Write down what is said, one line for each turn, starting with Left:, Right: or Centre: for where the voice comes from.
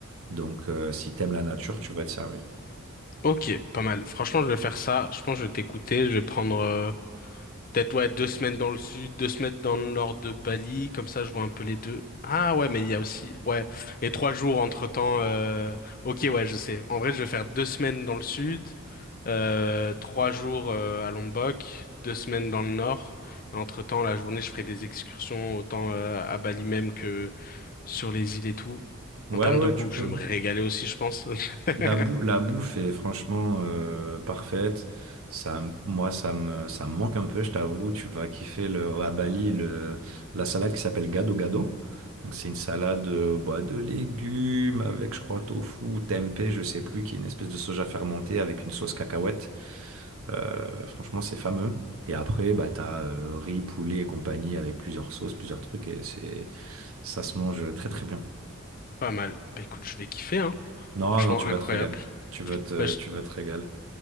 Right: Donc, euh, si t'aimes la nature, tu vas te servir.
Left: Ok, pas mal. Franchement, je vais faire ça. Je pense que je vais t'écouter. Je vais prendre... euh, Peut-être, ouais, deux semaines dans le sud, deux semaines dans le nord de Bali, comme ça je vois un peu les deux. Ah ouais, mais il y a aussi, ouais, et trois jours entre-temps. euh, Ok, ouais, je sais. En vrai, je vais faire deux semaines dans le sud, euh, trois jours euh, à Lombok, deux semaines dans le nord. Et Entre-temps, la journée, je ferai des excursions autant euh, à Bali même que sur les îles et tout.
Right: Ouais,
Left: En termes
Right: ouais,
Left: de bouffe,
Right: tu peux.
Left: je vais me régaler aussi, je pense. <laughs>
Right: La bou- la bouffe est franchement euh, parfaite. Ça, me- moi, ça me, ça me manque un peu, je t'avoue. Tu vas kiffer le, à Bali le, la salade qui s'appelle gado gado. Donc, c'est une salade euh, bah, de légumes avec, je crois, tofu, tempeh, je sais plus, qui est une espèce de soja fermenté avec une sauce cacahuète. Euh, franchement, c'est fameux. Et après, bah, t'as euh, riz, poulet et compagnie avec plusieurs sauces, plusieurs trucs. Et c'est, ça se mange très, très bien.
Left: Pas mal. Bah écoute, je vais kiffer, hein.
Right: Non,
Left: Franchement,
Right: non, tu
Left: incroyable.
Right: vas te régaler. Tu vas te,
Left: Bah, je
Right: tu vas te régaler.